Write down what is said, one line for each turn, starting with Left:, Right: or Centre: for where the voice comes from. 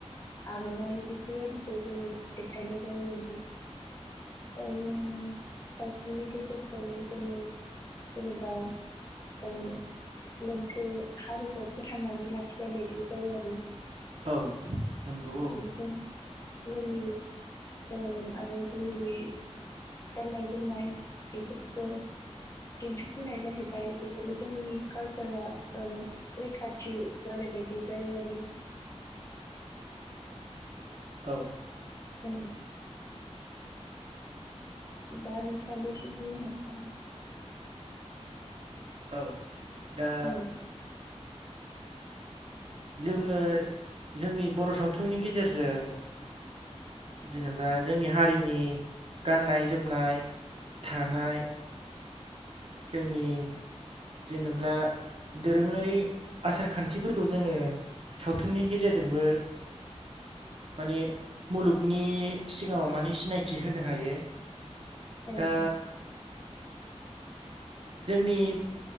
Left: आर'नाइ बेफोर बेफोरबायदिखौ जोङो देखायनाय जायो आरो आरो सावथुननि गेजेरजोंनो जोंड़ो जेनेबा औ मोनसे हारिखौ फोथांनानै लाखिनाय बायदिबो जायो आरो
Right: औ नंगौ औ
Left: जों जोंनि ओ आरो जोंनि बै गाननाय जोमनाय बेफोरखौबो दिन्थिफुंनाय जाहैबाय बेजोंनो जोंनि कालसारा ओ रैखाथि जानाय बायदि जायो आरो
Right: औ
Left: औ बा नुस्लाबै एसे बुंनो हागोन नामा?
Right: औ दा
Left: ओं
Right: जोङो जोंनि बर' सावथुननि गेजेरजों जेनेबा जोंनि हारिनि गाननाय जोमनाय थानाय
Left: <inaudible>
Right: जोंनि जेनब्ला दोरोङारि आसार खान्थिफोरखौ जोङो सावथुननि गेजेरजोंबो माने मुलुगनि सिगाङाव मानि सिनाय थि होनो हायो
Left: ओं
Right: दा जोंनि